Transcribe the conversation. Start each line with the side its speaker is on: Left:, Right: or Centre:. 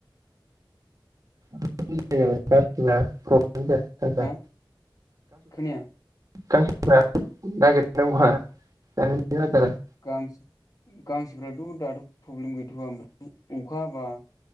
Right: <unintelligible>
Left: हा
Right: <unintelligible>
Left: खोनाया
Right: गांसो फोरा नागिरनो बहा <unintelligible>
Left: गांसो गांसोफ्राथ' दाथ' प्रशब्लेम गैथ'वा ओमफ्राय अखा बा